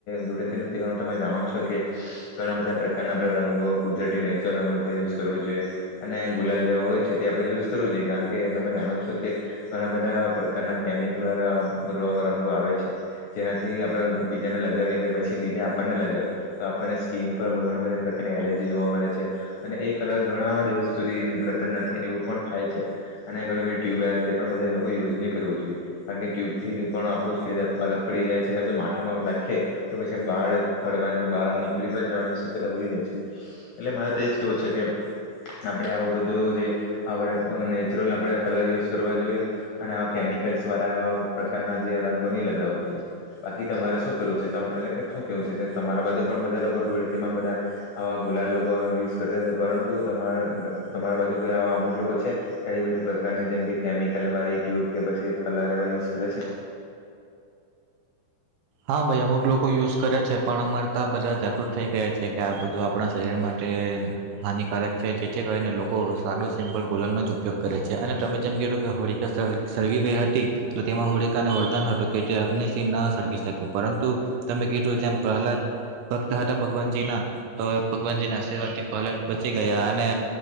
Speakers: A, on the left (about 75°); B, on the right (about 80°).
A: ધૂળેતીનો તહેવાર તમે જાણો છો કે, ઘણા બધા પ્રકારના આપણે રંગો, કુદરતી નેચરલ રંગ આપણે યુઝ કરવો જોઈએ, અને ગુલાલ જેવા હોય છે તે આપણે યુઝ કરવો જોઈએ. કારણ કે તમે જાણો છો કે, ઘણા બધા એવા પ્રકારના કેમિકલ સલવાર ર <inaudible> રંગો આવે છે જેનાથી આપણે બીજાને લગાવીએ કે પછી, બીજા આપણને લગાવીએ તો આપણને સ્કીન પર ઘણા બધા પ્રકારની એલર્જી જોવા મળે છે. અને એ કલર ઘણા દિવસો સુધી નીકળતા નથી એવું પણ થાય છે. અને ઘણી બધી ટ્યુબવેલ્સ તે પણ બધા લોકોએ યુઝ નહીં કરવું જોઈએ. કારણ કે ટ્યુબથી પણ આપણું ફેસ અલગ પડી જાય છે. અને માથામાં નાખીએ તો પછી બહાર ખડવાની કે બહાર નીકળી પણ જવાની શક્યતા વધી જાય છે. એટલે મારે તો એજ કેવું છે કે આપણે આવું બધું જે બધા નેચરલ આપણે કલર યુઝ કરવા જોઈએ અને આ કેમિક લ્સ વાળા એવા પ્રકારના જે રંગો નહીં લગાવવો જોઈએ. બાકી તમારે શું કરવું છે? એટલે કે શું કેવું છે? તમારા બાજુ પણ બધા લોકો ધૂળતીમાં બધા આવા ગુલાલ લોકો યુઝ કરતા હશે પરંતુ તમારા બાજુ કોઈ આવા અમુક લોકો છે, કેઈ બધી પ્રકારની જેમ કે કેમિકલ વાળી ટ્યુબ કે પછી‌ કલર એવા યુઝ કરે છે?
B: હા ભાઈ, અમુક લોકો યુઝ કરે છે. પણ અમારા તા બધા જાગૃત થઈ ગયા છે, કે આ બધું આપણા શરીર માટે હાનિકારક છે. જેથી કરીને લોકો સારો સિમ્પલ ગુલાલનો જ ઉપયોગ કરે છે. અને તમે જેમ કીધું કે હોલિકા સળગી ગઈ હતી. તો તેમાં હોળિકાને વરદાન હતું કે, તે અગ્નિથી ન સળગી શકે. કે પરંતુ તમે કીધું જેમ પ્રહલાદ ભક્ત હતા. ભગવાનજીના તો ભગવાનજીના આશીર્વાદથી પ્રહલાદ બચી ગયા. અને